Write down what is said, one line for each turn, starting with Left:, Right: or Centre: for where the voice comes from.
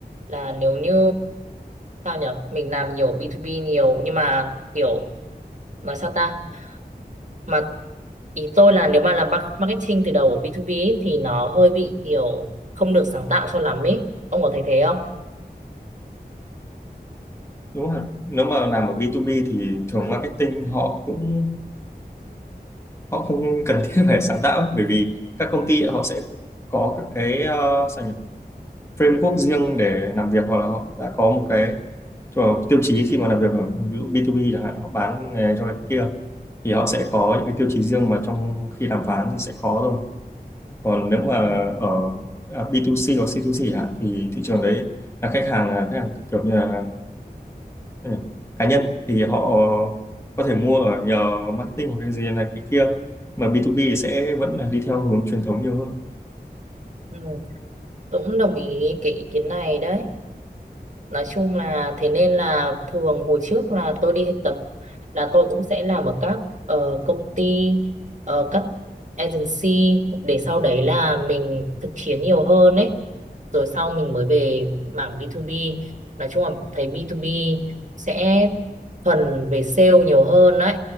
Right: là nếu như sao nhở mình làm nhiều B2B nhiều nhưng mà kiểu nói sao ta mà ý tôi là nếu mà làm mar- marketing từ đầu ở B2B ấy, thì nó hơi bị kiểu không được sáng tạo cho lắm ấy ông có thấy thế không?
Left: đúng không ạ nếu mà làm ở B2B thì thường marketing họ cũng họ không cần thiết phải sáng tạo ấy, bởi vì các công ty ấy, họ sẽ có các cái ờ, sao nhỉ framework riêng để làm việc hoặc là họ đã có một cái cho tiêu chí khi mà làm việc ở ví dụ B2B chẳng hạn họ bán nghề cho cái kia thì họ sẽ có những cái tiêu chí riêng mà trong khi đàm phán thì sẽ có thôi còn nếu mà
Right: Ừ.
Left: ở à, B2C hoặc C2C chẳng hạn thì thị trường đấy là khách hàng là khách hàng kiểu như là Ừ. cá nhân thì họ có thể mua ở nhờ marketing hoặc cái gì này cái kia mà B2B thì sẽ vẫn là đi theo hướng truyền thống nhiều hơn
Right: Ừ. Tôi cũng đồng ý cái ý kiến này đấy nói chung là thế nên là thường hồi trước là tôi đi thực tập là tôi cũng sẽ làm ở các ờ, công ty ờ, các agency để sau đấy là mình thực chiến nhiều hơn ấy rồi sau mình mới về mảng B2B nói chung là thấy B2B sẽ thuần về sale nhiều hơn đấy